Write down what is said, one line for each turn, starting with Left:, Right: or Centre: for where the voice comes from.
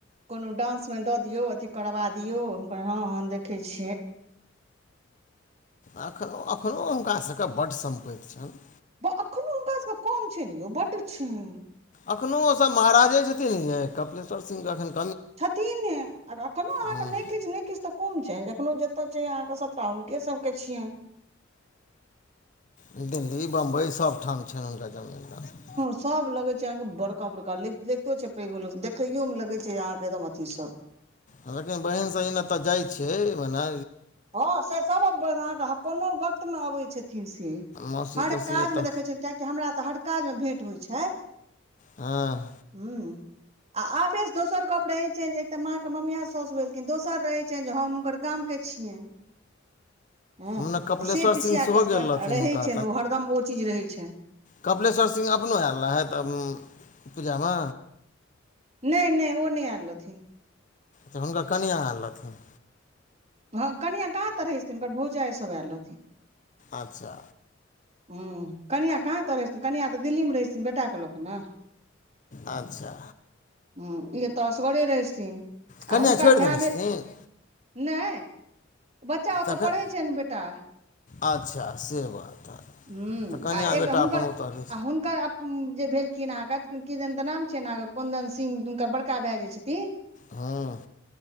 Right: कोनो डांस में दऽ दियौ अथी करबा दियौ हम कहयै हँ-हँ देखै छियै।
Left: अखओ-अखनो हुनका सब के बड्ड सम्पैत छैन।
Right: बऽअखनौ हुनका सबके कम छैन यौ बड्ड छैन।
Left: अखनो ओ सब महाराजे छथिन यै कपलेश्वर सिंह के अखैन
Right: छथिन्हें, और अखनो अहाँके
Left: हँ
Right: नै-किछ- नै-किछ तऽ कम छैन, अखनो जेत्त छै अहाँके सपटा हुनके सब के छियैन।
Left: हूंँ, दिल्ली, बम्बई सब ठाम छैन हुनका जमीन टा।
Right: सब लगे छै अहाँ के बड़का-बड़का लैग-लैगतो छै पैघो लोक स देखैयो मे लगे छै अहाँ के एकदम अथी सब।
Left: हलाँकि हम बहीन-सहीन एत जाय छै ओना
Right: हँ, से सब बेर अहाँक ह कोनो वक्त मे अबै छथिन से।
Left: मौसी
Right: हर
Left: तौसी
Right: काज
Left: एतऽ
Right: में देखै छियैन किएकि हमरा तऽ हर काजमे भेँट होइ छै।
Left: हँ।
Right: हूँ। आ आबेस दोसर गप रहै छै जे एक तऽ माँ क ममिया सौस भेलखीन, दोसर रहै छैन जे हम हुनकर गाम के छियैन। हूँ,
Left: ओने कपिलेश्वर
Right: त से पिसिया
Left: सिंह सेहो
Right: कऽ अपन
Left: गेल रहथिन
Right: रहै
Left: हुनका
Right: छैन ओ हरदम ओ चीज रहै छैन।
Left: कपलेश्वर सिंह अपनो एल रहैत तब्म्- पूजा म?
Right: नै-नै ओ नै एल रहथिन।
Left: तऽ हुनकर कनियाँ एल रहथिन।
Right: हाँ कनियां कहाँ तऽ रहै छथिन? हुनकर भोजाइ सब ऐल रहथिन।
Left: अच्छा।
Right: हूँ, कनिआँ कहाँ एतऽ रहै छथिन? कनिआँ तऽ दिल्लीमे रहै छथिन बेटा के लऽ क न?
Left: अच्छा
Right: हुँ। ई तऽ असगरे रहैछथिन
Left: कनिआँ
Right: आ हुनकर
Left: छोड़ि देने
Right: भाय
Left: छथिन
Right: भेल नै, बच्चा ओतऽ
Left: तखन
Right: पढ़ै छैन बेटा।
Left: अच्छा से बात।
Right: हुँ,
Left: तऽ कनिआँ
Right: आ एक
Left: बेटा
Right: तऽ हुनकर,
Left: अपन ओतऽ रहै
Right: आ हुनकर अप उं जे भेलखिन अहाँके किदैन तऽ नाम छियैन, कुन्दन सिंह दुमका बड़का भैऽ जे छथिन?
Left: हाँ।